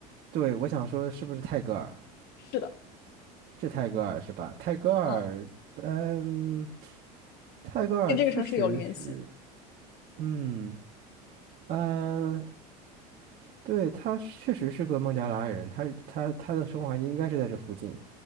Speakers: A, on the right; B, on the left.
A: 对，我想说是不是泰戈尔？
B: 是的，
A: 这泰戈尔是吧？泰戈尔，
B: 嗯，
A: 嗯，泰戈尔确实是，
B: 跟这个城市有联系，
A: 嗯嗯，呃对，他确实是个孟加拉人，他他他的生活环境应该是在这附近。